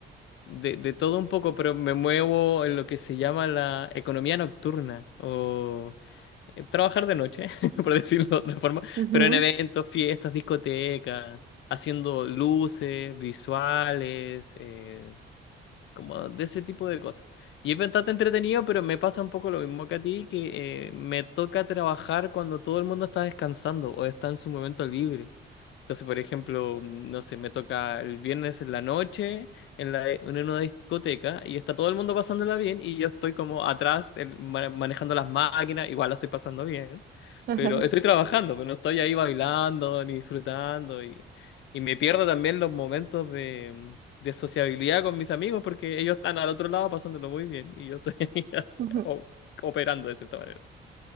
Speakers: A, on the left; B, on the right.
A: de, de todo un poco, pero me muevo en lo que se llama la economía nocturna o eh, trabajar de noche, <laughs> por decirlo de otra forma,
B: Ujú,
A: pero en eventos, fiestas, discotecas, haciendo luces, visuales, eh, como de ese tipo de cosas. Y es bastante entretenido, pero me pasa un poco lo mismo que a ti, que eh, me toca trabajar cuando todo el mundo está descansando o está en su momento libre. Entonces, por ejemplo, no sé, me toca el viernes en la noche en, la, en una discoteca y está todo el mundo pasándola bien y yo estoy como atrás eh, ma- manejando las máquinas, igual la estoy pasando bien,
B: <laughs>
A: pero estoy trabajando, pero no estoy ahí bailando ni disfrutando y, y me pierdo también los momentos de, de sociabilidad con mis amigos porque ellos están al otro lado pasándolo muy bien y yo estoy <laughs> ahí
B: ujú.
A: o- operando de cierta manera.